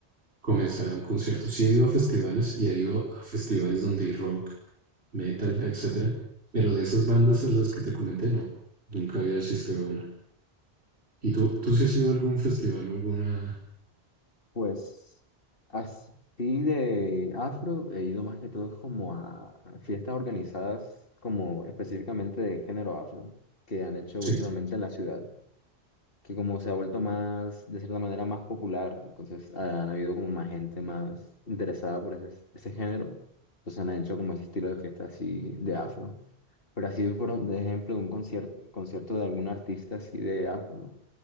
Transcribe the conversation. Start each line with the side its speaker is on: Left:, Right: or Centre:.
Right: comenzar a un concierto. Sí he ido a festivales y he ido a festivales donde hay rock, metal, etcétera, pero de esas bandas a las que te comenté, no, nunca había asistido a una. ¿Y tú, tú sí has ido a algún festival o alguna?
Left: Pues así de afro he ido más que todo como a fiestas organizadas como específicamente de género afro que han hecho
Right: Sí,
Left: últimamente en la ciudad, que como se ha vuelto más, de cierta manera, más popular, entonces han habido como más gente más interesada por ese, ese género, entonces han hecho como ese estilo de fiesta así de afro. Pero así, por de ejemplo, un concierto, concierto de algún artista así de afro, no,